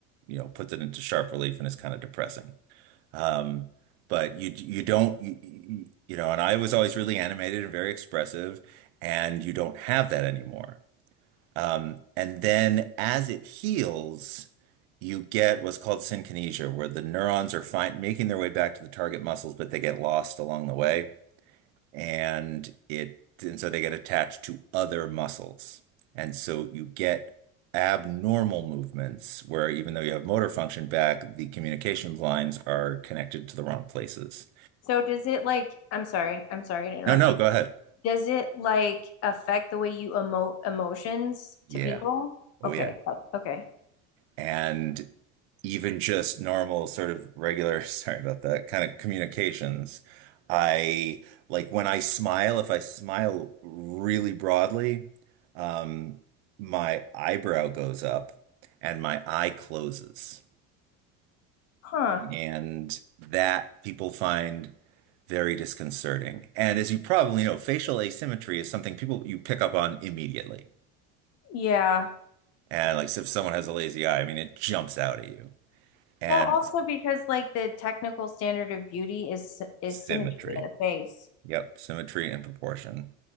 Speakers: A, on the right (about 80°); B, on the left (about 50°).
A: you know, puts it into sharp relief and is kind of depressing. Um, but you you don't you, you you know, and I was always really animated and very expressive, and you don't have that anymore. Um, and then as it heals, you get what's called synkinesia, where the neurons are find making their way back to the target muscles, but they get lost along the way. And it and so they get attached to other muscles. And so you get abnormal movements where even though you have motor function back, the communications lines are connected to the wrong places.
B: So does it like I'm sorry, I'm sorry to interrupt
A: No, no,
B: you.
A: go ahead.
B: Does it like affect the way you emote emotions
A: Yeah.
B: to people?
A: Oh
B: Okay.
A: yeah.
B: oh, Okay.
A: And even just normal sort of regular, <laughs> sorry about that, kind of communications. I like when I smile, if I smile really broadly, um, my eyebrow goes up and my eye closes.
B: Huh.
A: And that people find very disconcerting. And as you probably know, facial asymmetry is something people you pick up on immediately.
B: Yeah.
A: And like so if someone has a lazy eye, I mean, it jumps out at you. And
B: Well, also because like the technical standard of beauty is is
A: symmetry.
B: symmetry in a face.
A: Yep, symmetry and proportion.